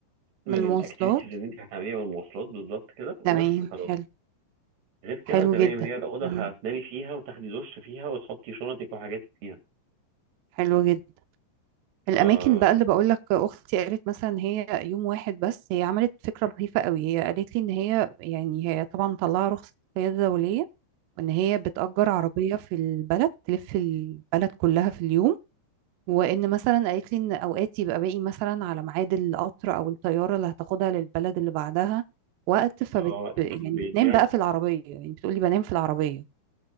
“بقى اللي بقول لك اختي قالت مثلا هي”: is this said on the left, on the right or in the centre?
Right